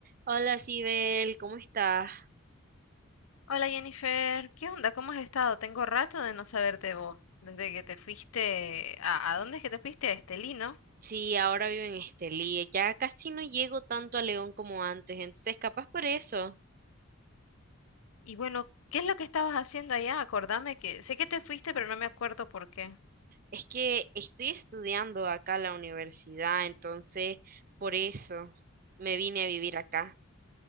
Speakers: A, on the right; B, on the left.
A: Hola, Sibel, ¿cómo estás?
B: Hola Jennifer, ¿qué onda? ¿Cómo has estado? Tengo rato de no saberte vos, desde que te fuiste a, ¿a dónde es que te fuiste? A Estelí, ¿no?
A: Sí, ahora vivo en Estelí. Ya casi no llego tanto a León como antes, entonces capaz por eso.
B: Y bueno, ¿qué es lo que estabas haciendo allá? Acordame que sé que te fuiste, pero no me acuerdo por qué.
A: Es que estoy estudiando acá en la universidad, entonces por eso me vine a vivir acá.